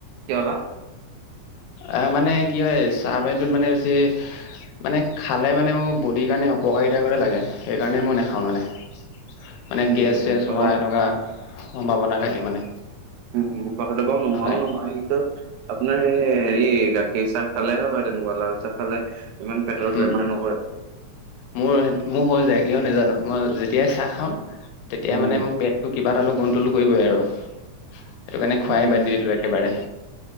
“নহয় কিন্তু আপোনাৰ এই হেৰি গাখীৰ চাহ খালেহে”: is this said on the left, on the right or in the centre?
Right